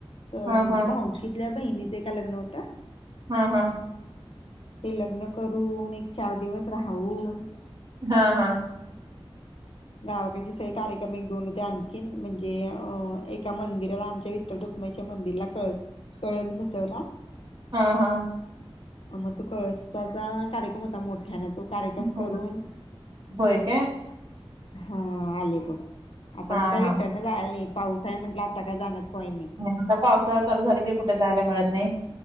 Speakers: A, on the left; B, on the right.
A: म्हणजे
B: हा हा
A: भाऊकीतल्या बहिणी.... जे का लग्न होतं....
B: हा- हा....
A: ते लग्न करून एक चार दिवस राहून....
B: हा- हा....
A: गावाकडीचे स कार्यक्रम एक दोन होते आणखी म्हणजे अ एका मंदिराला आमच्या... विठल रखुमाई च्या मंदिरला कळस बसवला.....
B: हा -हा...
A: अ मग तो कळसाचा कार्यक्रम होता मोठा तो कार्यक्रम
B: होय
A: करून......
B: होय काय?
A: हा आले बघ आता
B: हा
A: मग काय
B: हा
A: रिटर्न जायला नाही., पाऊस आहे. म्हटलं, आता काय जाण्यात पॉईंट नाही....
B: आता पावसाळा चालू झाला कि कुठे जायला मिळत नाही,